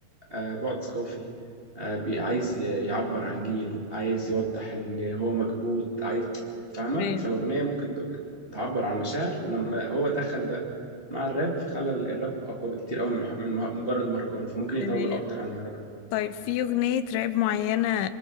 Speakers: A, on the right; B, on the left.
A: آه، بعد ثقافي آه، بي- عايز ي- يعبر عن جيل عايز يوضح ان هو مكبوت عايز فاهمه
B: تمام
A: فالاغنيه ممكن ت- تعبر عن مشاعر ولما هو دخل ده مع الراب فخلى ال- الراب اقوى بكتير قوي من من مه- مجرد مهرجان فممكن يطول
B: تمام
A: اكتر عن المهرجان
B: طيب في أغنية راب معينة